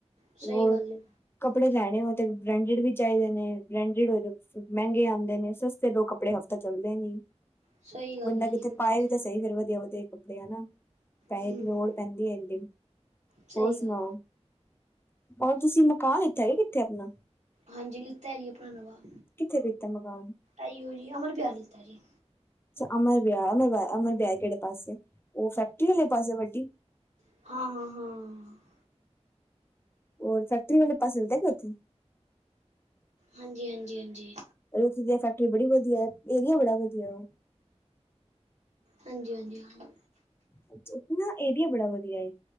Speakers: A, on the right; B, on the left.
A: ਸਹੀ
B: ਹੋਰ।
A: ਗੱਲ ਹੈ
B: ਕੱਪੜੇ ਲੈਣੇ ਹੋਣ ਤੇ ਬ੍ਰਾਂਡਿਡ ਵੀ ਚਾਹੀਦੇ ਨੇ ਬ੍ਰਾਂਡਿਡ ਹੋਏ ਮਹਿੰਗੇ ਆਂਦੇ ਨੇ ਸਸਤੇ ਲੋ ਕੱਪੜੇ ਤਾਂ ਚੱਲਦੇ ਨੀ,
A: ਸਹੀ ਗੱਲ
B: ਬੰਦਾ
A: ਹੈ
B: ਕਿਤੇ
A: ਜੀ ਬਿਲਕੁਲ
B: ਪਾਏ ਵੀ ਤਾਂ ਸਹੀ ਫਿਰ ਵਧੀਆ-ਵਧੀਆ ਕੱਪੜੇ ਹੈਨਾ। ਪੈਸੇ
A: ਹਮ
B: ਦੀ ਲੋੜ ਪੈਂਦੀ ਏਡੀ,
A: ਸਹੀ
B: ਹੋਰ
A: ਗੱਲ
B: ਸੁਣਾਓ? ਔਰ ਤੁਸੀਂ ਮਕਾਨ ਲਿੱਤਾ ਏ ਕਿੱਥੇ ਆਪਣਾਂ?
A: ਹਾਂਜੀ ਲਿੱਤਾ ਏ ਆਪਣਾ ਨਵਾ।
B: ਕਿੱਥੇ ਲਿੱਤਾ ਮਕਾਨ?
A: ਐਈ ਓ ਜੀ, ਅਮਰ ਬਿਆਰ ਲਿੱਤਾ ਜੀ।
B: ਅੱਛਾ ਅਮਰ ਵਿਆਰ ਲਗਦਾ ਅਮਰ ਵਿਆਰ ਕੇੜੇ ਪਾਸੇਂ ਓ ਫੈਕਟਰੀ ਆਲੇ ਪਾਸੇਂ ਵੱਡੀ
A: ਹਾਂ-ਹਾਂ-ਹਾਂ।
B: ਹੋਰ ਫੈਕਟਰੀ ਵਾਲੇ ਪਾਸੇ ਲਿਤਾ ਕਿ ਓੱਥੇ
A: ਹਾਂਜੀ-ਹਾਂਜੀ-ਹਾਂਜੀ।
B: ਓਖੇ ਦੀ ਫੈਕਟਰੀ ਬੜੀ ਵਧੀਆ, ਏਰੀਆ ਬੜਾ ਵਧੀਆ ਓ
A: ਹਾਂਜੀ-ਹਾਂਜੀ, ਹਾਂ।
B: ਓਥੇ ਨਾ ਏਰੀਆ ਬੜਾ ਵਧੀਆ ਏ।